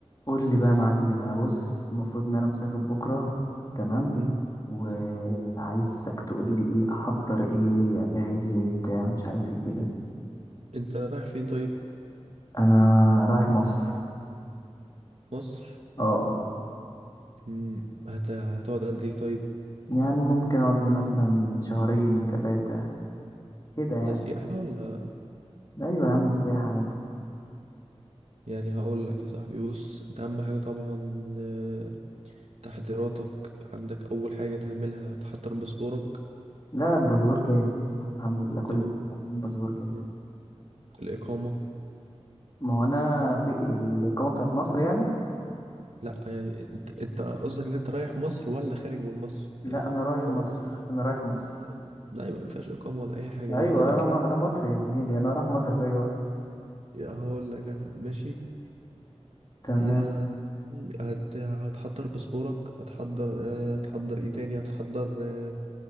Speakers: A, on the left; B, on the right.
A: قول لي بقى يا معلم انا بص المفروض ان انا مسافر بكره تمام
B: مم.
A: وعايزك تقول لي ايه احضر ايه اجهز ايه بتاع مش عارف ايه كده
B: انت رايح فين طيب
A: انا رايح مصر
B: مصر
A: اه آه.
B: مم. هت... هتقعد قد ايه طيب
A: يعني ممكن اقعد لي مثلا شهرين ثلاثه كده يعني
B: ده سياحة ولا
A: ايوه يا عم سياحه عادي
B: يعني هقول لك يا صاحبي بص انت اهم حاجة طبعا آه، تحضيراتك عندك اول حاجة تعملها تحضر باسبورك
A: لا الباسبور جاهز الحمد لله كل
B: تمام
A: الباسبور جاهز
B: مم. الإقامة
A: ما هو انا في الاقامه بتاعت مصر يعني
B: لا يعني انت انت قصدك ان انت رايح مصر ولا خارج من مصر
A: لا
B: يعني
A: انا رايح
B: بره
A: مصر
B: مصر
A: انا رايح مصر
B: لا يعني- لا، يبقى ما فيهاش إقامة ولا اي حاجة
A: ايوه
B: ده بلدك
A: انا انا مصري يا زميلي انا رايح مصر في اي وقت
B: يا هقول لك انا ماشي
A: تمام
B: يا هت... هتحضر باسبورك هتحضر آه، هتحضر ايه تاني هتحضر آه،